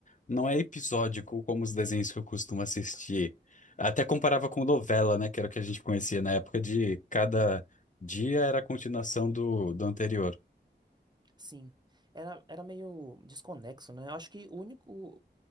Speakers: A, on the left; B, on the right.
A: não é episódico como os desenhos que eu costumo assistir. Até comparava com novela, né? Que era o que a gente conhecia na época de cada dia era a continuação do, do anterior.
B: Sim, era, era meio desconexo, né? Eu acho que o único,